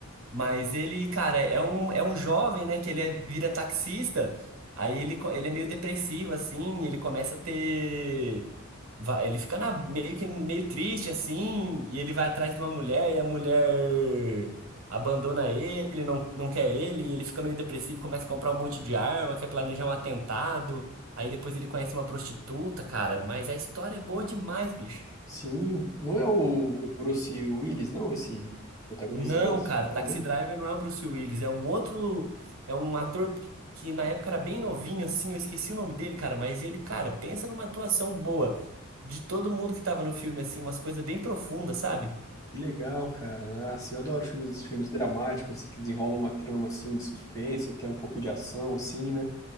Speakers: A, on the right; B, on the left.
A: Mas ele, cara, é um, é um jovem, né? Que ele é- vira taxista. Aí ele, co- ele é meio depressivo, assim. Ele começa a ter. vai- ele fica na- meio que meio triste, assim. E ele vai atrás de uma mulher. E a mulher abandona ele, não, não quer ele. E ele fica meio depressivo, começa a comprar um monte de arma, quer planejar um atentado. Aí depois ele conhece uma prostituta, cara. Mas a história é boa demais, bicho.
B: Sim, não é o, o Bruce Willis, não, esse protagonista
A: Não,
B: desse?
A: cara,
B: Não,
A: Taxi
B: né?
A: Driver não é o Bruce Willis, é um outro, é um ator que na época era bem novinho, assim, eu esqueci o nome dele, cara, mas ele, cara, pensa numa atuação boa de todo mundo que tava no filme, assim, umas coisas bem profundas, sabe?
B: Que legal, cara. Ah, Assim, eu adoro filmes, filmes dramáticos, assim, que desenrolam uma trama, assim, de suspense, até um pouco de ação, assim, né?